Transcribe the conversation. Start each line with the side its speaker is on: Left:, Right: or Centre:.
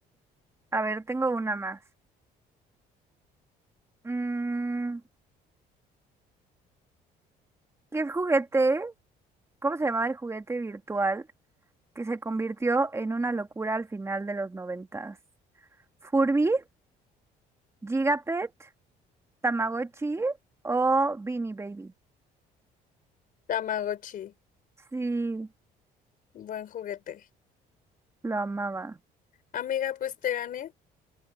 Right: A ver, tengo una más. Mm, ¿qué juguete? ¿Cómo se llamaba el juguete virtual? que se convirtió en una locura al final de los noventas. Furby, Gigapet, Tamagotchi o Beanie Baby.
Left: Tamagotchi,
Right: Sí,
Left: buen juguete.
Right: lo amaba.
Left: Amiga, pues te gané.